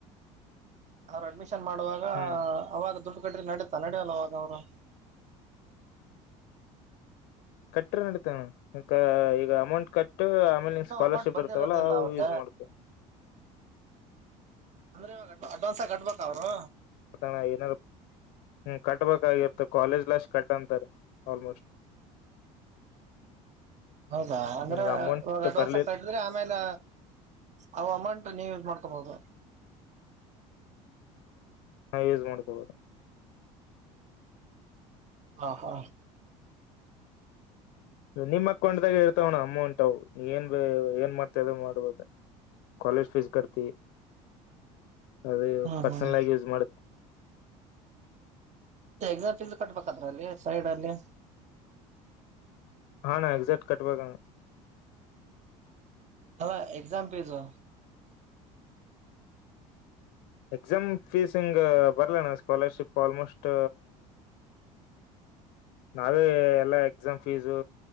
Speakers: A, on the right; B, on the left.
A: ಅವರ ಅಡ್ಮಿಷನ್ ಮಾಡುವಾಗ
B: ಹ್ಮ್
A: ಅವಾಗ ದುಡ್ಡು ಕಟ್ಟಿರ ನಡತ ನಡಿಯಿಲ್ಲ ಅವಾಗ ಅವರು.
B: ಕಟ್ಟಿರನಡಿತಣ್ಣಾ ಕ ಈಗ ಅಮೌಂಟ್ ಕಟ್ ಟ್ಟ
A: ಅಂದ್ರೆ
B: ಆಮೇಲೆ ನಿಂಗ
A: ಇನ್ನೂ
B: ಸ್ಕಾಲರ್ಶಿಪ್
A: ಅಮೌಂಟ್ ಬಂದಿರೋದಿಲ್ಲ
B: ಬರ್ತವಲ್ಲ ಅವು
A: ಅವ್ರಗ
B: ಯೂಸ್ ಮಾಡ್ಕು.
A: ಅಂದ್ರೆ ಇವಾಗ ಅಡ್ ಅಡ್ವಾನ್ಸ್ ಕಟ್ಬಬೇಕಾ ಅವ್ರು.
B: ಗೊತ್ತಣ್ಣಾ ಏನದು. ಹು ಕಟ್ಟಬೇಕಾಗಿತ್ತು ಕಾಲೇಜ್ ಲಸ್ ಕಟ್ಟಂತಾರ ಆಲ್ಮೋಸ್ಟ್.
A: ಹೌದಾ ಅಂದ್ರ
B: ನಿನಗ್ ಅಮೌಂಟ್
A: ಇವಾಗ ಅಡ್ವಾನ್ಸ್
B: ಬರ್ಲಿ
A: ಆಗಿ ಕಟ್. ಅಂದ್ರೆ ಆಮೇಲೆ ಅವ ಅಮೌಂಟ್ ನೀವು ಯಸ್ ಮಾಡ್ಕೋಬಹುದು.
B: ಹಾ ಯೂಸ್ ಮಾಡ್ಕಬೋದು.
A: ಹಾ ಹಾ
B: ನಿಮ್ಮ ಅಕೌಂಟದಾಗ ಇರ್ತಾವಣ್ಣಾ ಅಮೌಂಟ್ ಅವು ನೀ ಏನ್ ಬೆ ಏನ್ ಮಾಡ್ತಿ ಅದ ಮಾಡ್ಬೋದು. ಕಾಲೇಜ್ ಫೀಸ್ ಕಡ್ತಿ ಅದೆ
A: ಹ್ಮ್
B: ಪರ್ಸನಲ್
A: ಹ್ಮ್
B: ಆಗಿ ಯೂಸ್ ಮಾಡತಿ.
A: ಮತ್ತೆ ಎಕ್ಸಾಮ್ ಪೀಸ್ ಕಟ್ಬೇಕದ್ರಲ್ಲಿ ಸೈಡ್ ಅಲ್ಲಿ.
B: ಹಾ ಅಣ್ಣಾ ಎಕ್ಸೆಕ್ಟ್ ಕಟ್ಟಬೇಕಣ್ಣಾ.
A: ಅದ ಎಕ್ಸಾಮ್ ಫಿಜು.
B: ಎಕ್ಸಾಮ್ ಫೀಸ್ ಹಿಂಗ ಬರಲಣ್ಣಾ ಸ್ಕಾಲರ್ಶಿಪ್ ಆಲ್ಮೋಸ್ಟ್. ನಾವೇ ಎಲ್ಲಾ ಎಕ್ಸಾಮ್ ಫೀಸು